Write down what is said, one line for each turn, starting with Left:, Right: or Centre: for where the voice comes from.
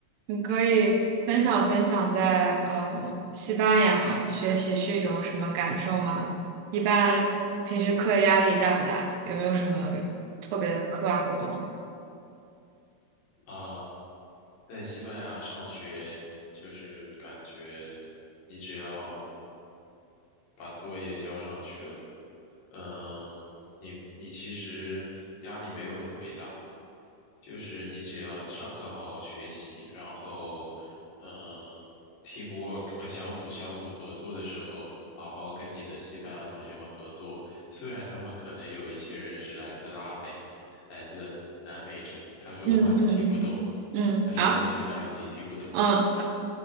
Right: 你可以分享分享在呃西班牙学习是一种什么感受吗？一般平时课业压力大不大？有没有什么特别的课外活动？
Left: 啊，在西班牙上学就是感觉你只要把作业交上去了，嗯，你你其实压力没有特别大，就是你只要上课好好学习，然后，嗯，teamwork 呃小组小组合作的时候，好好跟你的西班牙同学们合作。虽然他们可能有一些人是来自拉美，来自南美洲，他说的话你听不懂，
Right: 嗯嗯嗯嗯啊
Left: 他说的西班牙语你听不懂，
Right: 嗯